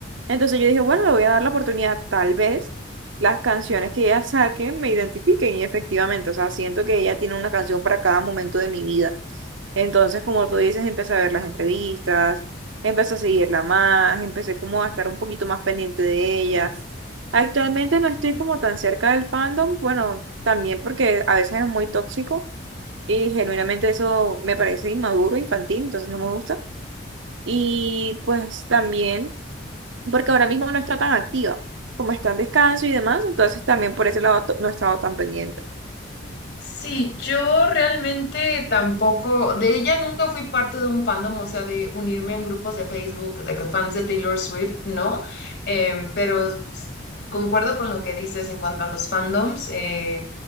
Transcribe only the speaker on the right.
Entonces yo dije, bueno, le voy a dar la oportunidad, tal vez las canciones que ella saque me identifiquen y efectivamente, o sea, siento que ella tiene una canción para cada momento de mi vida. Entonces, como tú dices, empecé a ver las entrevistas, empecé a seguirla más, empecé como a estar un poquito más pendiente de ella. Actualmente no estoy como tan cerca del fandom, bueno, también porque a veces es muy tóxico y genuinamente eso me parece inmaduro, infantil, entonces no me gusta. Y pues también porque ahora mismo no está tan activa, como está en descanso y demás, entonces también por ese lado to- no he estado tan pendiente.